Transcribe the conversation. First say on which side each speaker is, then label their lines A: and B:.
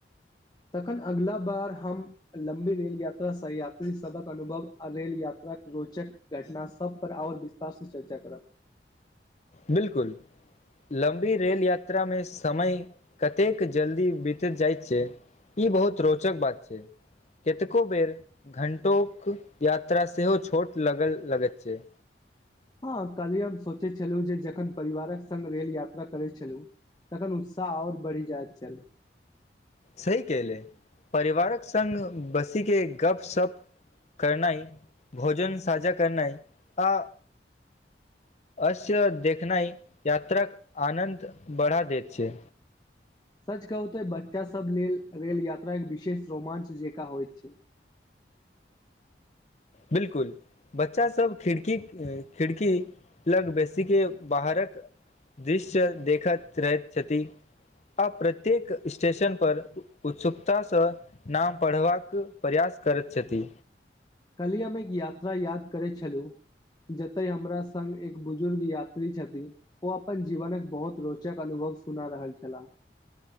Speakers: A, on the left; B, on the left.
A: तखन अगिला बार हम लम्बी रेल यात्रा सह यात्री सबक अनुभव आ रेल यात्रा रोचक- घटना सबपर आओर विस्तारसँ चर्चा करब।
B: बिल्कुल। लम्बी रेल यात्रामे समय कतेक जल्दी बीत जाइत छै। ई बहुत रोचक बात छै। कतेको बेर घण्टोक यात्रा सेहो छोट लग लगैत छैय
A: हँ कल्हि हम सोचै छलहुँ जे जखन परिवारक संग रेल यात्रा करै छलहुँ तखन उत्साह ओर बढ़ि जायत छल
B: सही केहलै परिवारक संग बसीके गप सप करनाइ भोजन साझा करनाइ आ असय देखनाइ यात्राक आनन्द बढ़ा दैत छै
A: सच कहु तऽ बच्चा सब लेल रेल यात्रा एक विशेष रोमांच जेका होइत छै
B: बिल्कुल बच्चा सब खिड़की खिड़की लग बेसीे बाहरक दृश्य देखैत रहैत छथि आ प्रत्येक स्टेशन पर उत्सुकता सँ नाम पढ़बाक प्रयास करैत छथि
A: काल्हि हम एक यात्रा याद करै छलहुँ जते हमरा सग एक बुजुर्ग यात्री छथिन ओ अपन जीवनक बहुत रोचक अनुभव सुना रहल छलाह